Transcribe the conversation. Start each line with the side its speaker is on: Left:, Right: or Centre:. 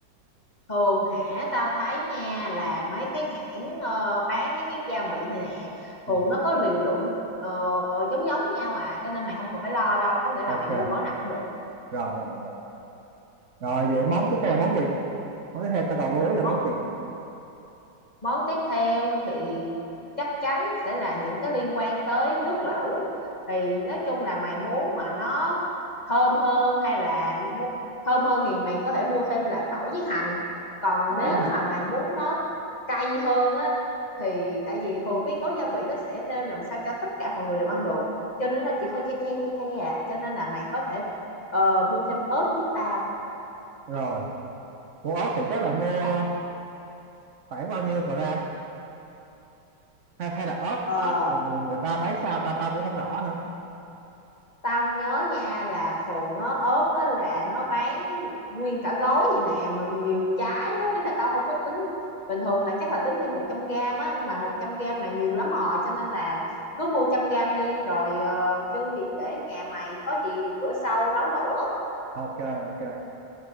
Left: thường hả tao thấy nha là mấy cái hãng ờ, bán mấy cái gia vị này nè
Right: ừ.
Left: thường nó có liều lượng ờ, giống giống nhau à cho nên mày không cần phải lo đâu có nghĩa là
Right: ok
Left: mày mua gói nào cũng được
Right: rồi rồi rồi rồi vậy món tiếp theo là món gì Mới theo ta còn lưu ý là món
Left: món
Right: gì?
Left: Món tiếp theo thì chắc chắn sẽ là những cái liên quan tới nước lẩu. Thì nói chung là mày muốn mà nó thơm hơn hay là mu- thơm hơn thì mày có thể mua thêm là tỏi với hành. Còn
Right: Phở
Left: nếu
Right: với hành.
Left: mà mày muốn nó cay hơn á thì tại vì thường cái gói gia vị nó sẽ nêm làm sao cho tất cả mọi người đều ăn được. Cho nên là chỉ hơi the the the the à, cho nên là mày có thể ờ, mua thêm ớt giúp tao.
Right: Rồi, mua ớt thì chắc là mua
Left: Ho-
Right: khoảng bao nhiêu gram? Hay, hay là ớt,
Left: Ờ,
Right: ớt người, người, người ta bán sao ta ta cũng không rõ nữa.
Left: tao nhớ nha là thường á ớt á là nó bán nguyên cả gói vậy nè mà nhiều trái lắm ý là tao không có tính bình thường là chắc là tính thêm 100 gram á nhưng mà 100 gram là nhiều lắm rồi cho nên là cứ mua trăm gram đi rồi ờ, dư thì để nhà mày có gì bữa sau nấu nữa
Right: Ok, ok.